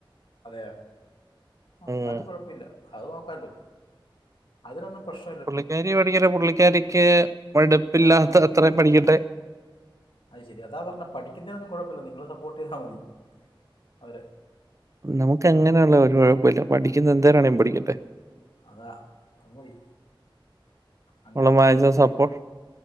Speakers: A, on the left; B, on the right.
A: അതെയാ. എന്നാലും
B: ഉം.
A: കുഴപ്പില്ല അത് നോക്കാല്ലോ അതിനൊന്നും പ്രശ്
B: പുള്ളിക്കാരി പഠിക്കട്ടെ. പുള്ളിക്കാരിക്ക് മടുപ്പില്ലാത്ത
A: ആ
B: അത്രയും പഠിക്കട്ടെ.
A: അത് ശെരി. അതാ പറഞ്ഞെ പഠിക്ക്ന്നേനൊന്നും കുഴപ്പ ഇല്ല. നിങ്ങള് സപ്പോർട്ട് ചെയ്താ മതി അവരെ.
B: നമുക്ക് അങ്ങനെയുള്ള ഒരു കുഴപ്പ ഇല്ല. പഠിക്കുന്ന എന്തേരാണെങ്കിലും പഠിക്കട്ടെ.
A: അതാ അത് മതി. അങ്ങനെ
B: അവളെ
A: അങ്ങോട്ട്
B: മാക്സിമം
A: പഠിച്ച്
B: സപ്പോർട്ട്